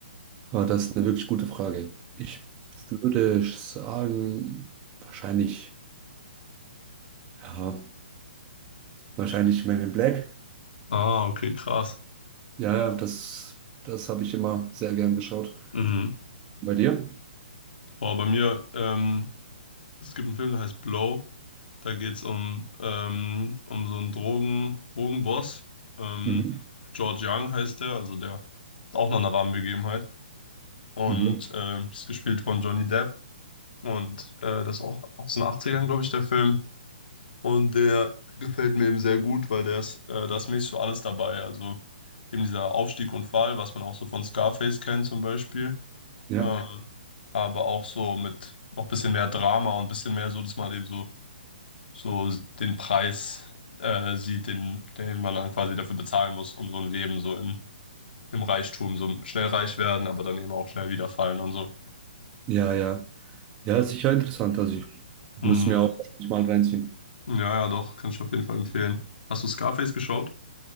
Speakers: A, on the right; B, on the left.
A: Ah, das ist eine wirklich gute Frage. Ich würde sagen, wahrscheinlich, ja, wahrscheinlich Men in Black.
B: Ah, okay, krass.
A: Ja, ja, das, das habe ich immer sehr gern geschaut.
B: Mhm.
A: Bei dir?
B: Boah, bei mir, ähm, es gibt einen Film, der heißt Blow. Da geht es um, ähm, um so einen Drogen, Drogenboss. Ähm,
A: Mhm.
B: George Young heißt der, also der ist auch noch eine warme Begebenheit. Und
A: Mhm.
B: ähm, ist gespielt von Johnny Depp. Und äh, das ist auch aus den 80ern, glaube ich, der Film. Und der gefällt mir eben sehr gut, weil der ist, äh, da ist mäßig für alles dabei. Also eben dieser Aufstieg und Fall, was man auch so von Scarface kennt zum Beispiel.
A: Ja,
B: Ähm, aber auch so mit noch ein bisschen mehr Drama und ein bisschen mehr so, dass man eben so so den Preis äh, sieht, den, den man dann quasi dafür bezahlen muss, um so ein Leben so im, im Reichtum, so schnell reich werden, aber dann eben auch schnell wieder fallen und so.
A: ja, ja. Ja, ist sicher interessant. Also ich muss
B: Hm.
A: mir auch wahrscheinlich mal reinziehen.
B: Ja, ja, doch, kann ich auf jeden Fall empfehlen. Hast du Scarface geschaut?